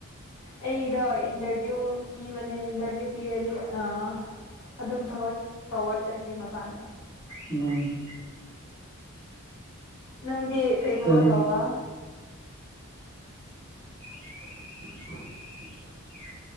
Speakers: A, on the left; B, in the centre.
A: ꯑꯩꯗꯣ ꯏꯟꯇ꯭ꯔꯚꯤꯌꯨ ꯄꯤꯕꯅꯦ ꯏꯟꯇ꯭ꯔꯚꯤꯌꯨ ꯄꯤꯔꯗꯤ ꯑꯥ ꯑꯗꯨꯝ ꯊꯕꯛ ꯇꯧꯕ ꯆꯠꯀꯦ ꯃꯄꯥꯟꯗ
B: ꯎꯝ
A: ꯅꯪ ꯗꯤ ꯀꯩ ꯊꯕꯛ
B: ꯇꯦꯟ
A: ꯇꯧꯕ
B: <unintelligible>